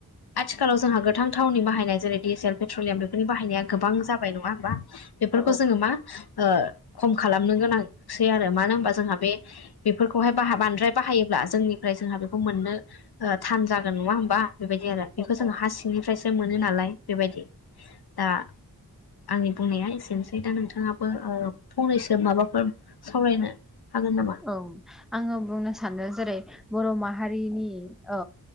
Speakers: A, on the left (about 75°); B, in the centre.
A: आथिखालाव जोंहा गोथां थावनि बाहायनाय जेरै डिजेल पेट्रलियाम बेफोरनि बाहायनाया गोबां जाबाय नङा होमबा बेफोरखौ
B: औ
A: जोङो मा ओ खम खालामनो गोनां सै आरो मानो होनबा जोंहा बे बेफोरखौहाय बाहा बांद्राय बाहायोब्ला जोंनिफ्राय जोंहा बे खौ मोननो ओ थान जागोन नङा हबा बेबायदि आरो बेखौ
B: औ
A: जोङो
B: औ
A: हासिं निफ्रायसो मोनो नालाय बेबायदि दा आंनि बुंनाया एसेनोसै दा नोंथाङाबो ओ फंनैसो माबाफोर सावरायनो। हागोन नामा?
B: औ आङो बुंनो सानदों जेरै बर' माहारिनि अ